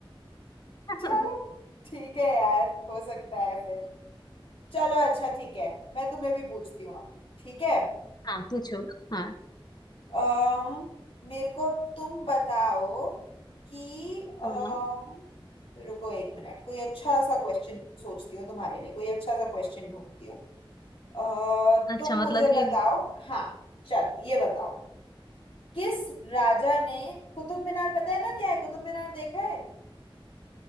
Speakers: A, on the left (about 45°); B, on the left (about 80°).
A: <laughs>
B: चलो ठीक है यार हो सकता है फिर चलो अच्छा ठीक है मैं तुम्हें भी पूछती हूँ अब ठीक है
A: हाँ पूछो हाँ
B: अम मेरे को तुम बताओ कि
A: हाँ
B: अम रुको एक मिनट कोई अच्छा सा क्वेश्चन सोचती हूँ तुम्हारे लिए कोई अच्छा सा क्वेश्चन ढूंढती हूँ अ,
A: अच्छा
B: तुम
A: मतलब
B: मुझे
A: कि
B: बताओ हाँ चलो ये बताओ किस राजा ने कुतुब मीनार पता है ना क्या है कुतुब मीनार देखा है